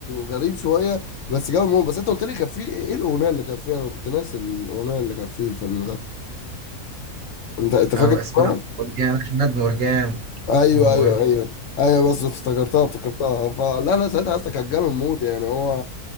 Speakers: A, on the left (about 65°); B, on the right (about 65°).
A: غريب شويه بس جاب الموضوع بس انت قلت لي كان في ايه الاغنيه اللي كان فيها انا كنت ناسي الاغنيه اللي كان في الفيلم ده انت انت فاكر
B: او اسباب
A: اسمها؟
B: مرجان احمد مرجان
A: ايوه
B: مرجان
A: ايوه ايوه ايوه بس افتكرتها افتكرتها فلا لا ساعتها اصلا كان جامد موت يعني هو